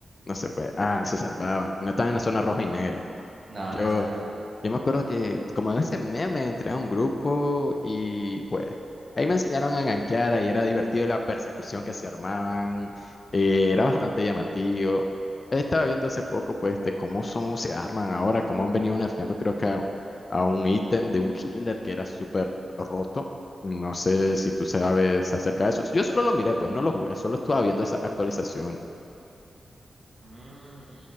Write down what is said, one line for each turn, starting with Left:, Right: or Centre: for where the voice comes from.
Left: No se fue. Ah, se salvaban. No estaban en la zona roja y negra.
Right: No,
Left: Yo,
Right: no estaban.
Left: Yo me acuerdo que como en ese meme entré a un grupo y pues ahí me enseñaron a gankear, ahí era divertido la persecución que se armaban, eh, era bastante llamativo. Estaba viendo hace poco pues de cómo son, se arman ahora, cómo han venido nerfeando creo que a, a un ítem de un healer que era súper roto. No sé si tú sabes acerca de eso. Yo solo lo miré, pues no lo jugué, solo estaba viendo esa actualización.
Right: Mm,